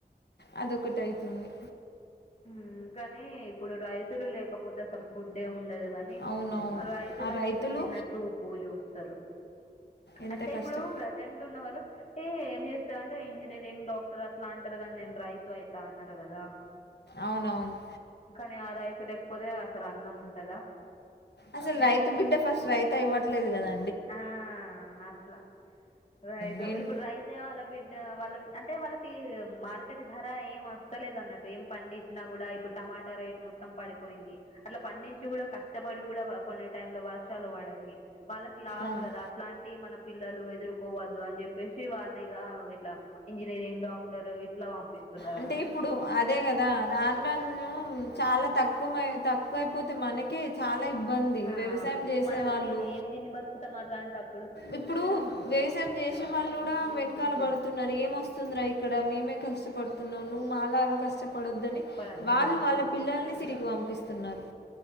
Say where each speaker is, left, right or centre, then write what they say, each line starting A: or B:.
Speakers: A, on the left (about 80°); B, on the left (about 45°).
A: అది ఒకటయితుంది
B: మ్మ్ కానీ ఇప్పుడు రైతులు లేకపోతే అసలు ఫుడ్డే ఉండదు కానీ
A: అవునవును
B: రైతులంటే
A: ఆ రైతులు
B: ఇక చిన్న చూపు చూస్తారు
A: ఎంత
B: అంటే
A: కష్టం
B: ఇప్పుడు ప్రజెంట్ ఉన్నవాళ్ళు ఏ ఏం చేస్తావు అంటే ఇంజనీరింగ్, డాక్టర్ అట్లా అంటారు కానీ నేను రైతు అయితా అన్నారు కదా
A: అవునవును
B: కానీ ఆ రైతు లేకపోతే అసలు అన్నం ఉంటదా
A: అసలు రైతు బిడ్డ ఫస్ట్ రైతు అవ్వట్లేదు కదా
B: ఆ అట్ల రైతు
A: మెయిన్
B: ఇప్పుడు రైతే వాళ్ళ బిడ్డ వాళ్ళ అంటే వాళ్ళకి మార్కెట్ ధర ఏం వస్తలేదు అన్నట్టు ఏం పండించినా కూడా ఇప్పుడు టమాటా రేట్ మొత్తం పడిపోయింది అట్లా పండించి కూడా కష్టపడి కూడా కొన్ని టైమ్ లో వర్షాలు పడాయి వాళ్ళకి లాస్
A: అవును
B: కదా అట్లాంటి మనం పిల్లలు ఎదుర్కోవద్దు అని చెప్పేసి వాళ్ళు ఇగా ఇట్లా ఇంజనీరింగ్, డాక్టర్ ఇట్లా పంపిస్తున్నారు
A: అంటే
B: అన్నట్టు
A: ఇప్పుడు అదే కదా ఆంధ్రా చాలా తక్కువ తక్కువ అయిపోతే మనకే చాలా ఇబ్బంది
B: ఆ
A: వ్యవసాయం చేసే
B: మనం
A: వాళ్ళు
B: తిని ఏం తిని బతుకుతాం అలాంటప్పుడు
A: ఇప్పుడు వ్యవసాయం చేసే వాళ్ళు కూడా వెంట ుక్కలు పడుతున్నారు ఏమొస్తుందిరా ఇక్కడ మేమే కష్టపడుతున్నాము నువ్వు మాలాగా కష్టప పడొద్దని
B: పడద్దు
A: వాళ్ళు
B: ఉమ్,
A: వాళ్ళ పిల్లల్ని సిటీ కి పంపిస్తున్నారు